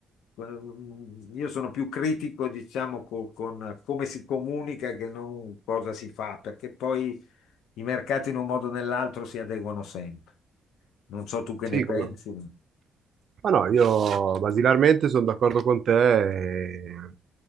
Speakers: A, on the left; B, on the right.
A: Ehm, Io sono più critico, diciamo, co- con come si comunica che non cosa si fa, perché poi i mercati in un modo o nell'altro si adeguano sempre. Non so tu che
B: Sì,
A: ne
B: come
A: pensi,
B: no.
A: ma
B: Ma no, io basilarmente sono d'accordo con te e,